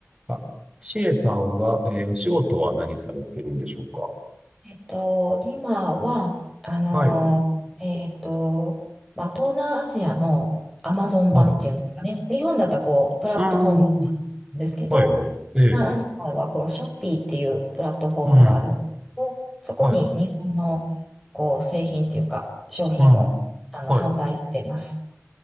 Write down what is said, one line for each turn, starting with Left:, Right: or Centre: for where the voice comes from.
Right: あ、ちえさんは、えーお仕事は何されてるんでしょうか
Centre: えっと、今は、あの、
Right: はい。
Centre: えっと、まあ、東南アジアのアマゾン版っていうんですかね。
Right: はい。う
Centre: 日本だったらこう、プラットフォームな
Right: ーん。
Centre: んですけど、
Right: はい、はい。
Centre: 東南アジアはこう、
Right: ええ。
Centre: ショッピーっていうプラットフォームがあるんですけど、
Right: うん。
Centre: そこに日本のこう、
Right: はい。
Centre: 製品っていうか、商品をあの販売してます。
Right: うん。はい。